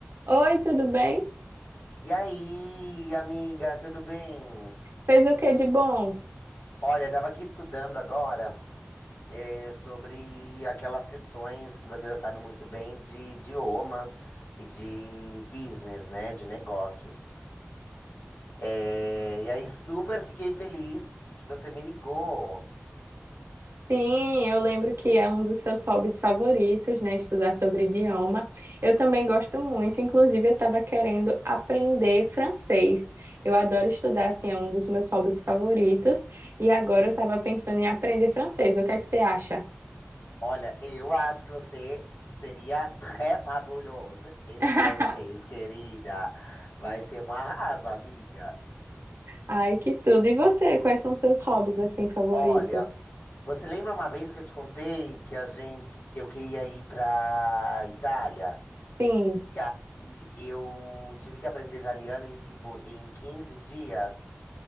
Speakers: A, on the right (about 75°); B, on the left (about 80°).
A: Oi, tudo bem?
B: E aí, amiga, tudo bem?
A: Fez o que de bom?
B: Olha, eu tava aqui estudando agora eh, sobre aquelas questões que você já sabe muito bem de idiomas e de business, né? De negócios. Eh, e aí, super fiquei feliz que você me ligou.
A: Sim, eu lembro que é um dos seus hobbies favoritos, né? Estudar sobre idioma. Eu também gosto muito, inclusive eu estava querendo aprender francês. Eu adoro estudar, assim, é um dos meus hobbies favoritos. E agora eu estava pensando em aprender francês. O que é que você acha?
B: Olha, eu acho que você seria très fabuloso em
A: <laughs>
B: francês, querida. Vai ser um arraso, amiga.
A: Ai, que tudo. E você, quais são seus hobbies, assim, favoritos?
B: Olha. Você lembra uma vez que eu te contei que a gente, que eu queria ir pra Itália?
A: Sim,
B: E aí eu tive que aprender italiano em tipo em 15 dias.